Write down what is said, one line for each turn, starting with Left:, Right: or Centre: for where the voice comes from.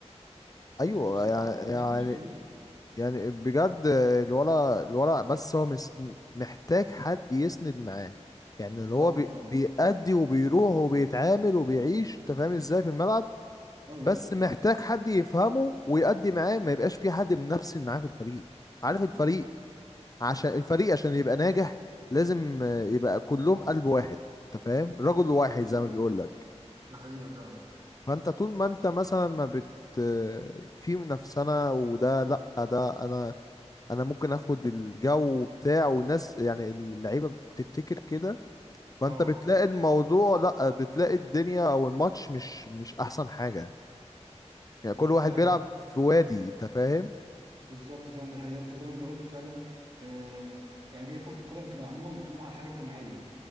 Right: <laughs> يعني
Left: ايوه
Right: بصراحة
Left: يعني
Right: انا
Left: يعني
Right: ما شفتش كده
Left: يعني بجد الورق الورق بس هو مس... محتاج حد يسند معاه يعني
Right: بالظبط
Left: اللي هو بي...
Right: ايوه
Left: بيأدي وبيروح وبيتعامل وبيعيش انت فاهم ازاي في الملعب
Right: ايوه
Left: بس محتاج حد يفهمه ويأدي معاه ما يبقاش في حد منافسين معاه في الفريق عارف الفريق
Right: بالظبط
Left: عشان الفريق عشان يبقى ناجح لازم آه، يبقى كلهم قلب واحد انت فاهم رجل واحد
Right: ده حقيقة
Left: زي ما بيقول لك
Right: ده حقيقة فعلا
Left: فانت طول ما انت مثلا ما بت آه، في منافسة وده لا ده انا انا ممكن اخد الجو بتاع والناس يعني اللعيبة بتفتكر كده فانت
Right: اه
Left: بتلاقي الموضوع لا بتلاقي الدنيا او الماتش مش مش احسن حاجة يعني
Right: بالظبط
Left: كل واحد
Right: ده
Left: بيلعب في وادي انت فاهم
Right: بالظبط فعلا دي حقيقة انت زي ما انت قلت فعلا آه يعني هي كرة القدم تبقى عموما بتقوم على الحاجة الجماعية